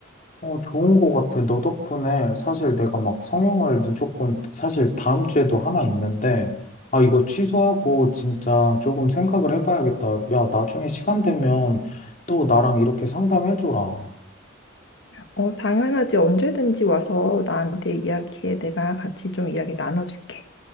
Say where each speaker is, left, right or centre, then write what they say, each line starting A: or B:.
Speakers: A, on the left; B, on the left.
A: 어, 좋은 거 같아. 너 덕분에 사실 내가 막 성형을 무조건, 사실 다음 주에도 하나 있는데, 아, 이거 취소하고 진짜 조금 생각을 해봐야겠다. 야, 나중에 시간 되면 또 나랑 이렇게 상담해줘라.
B: 어, 당연하지. 언제든지 와서 나한테 이야기해. 내가 같이 좀 이야기 나눠줄게.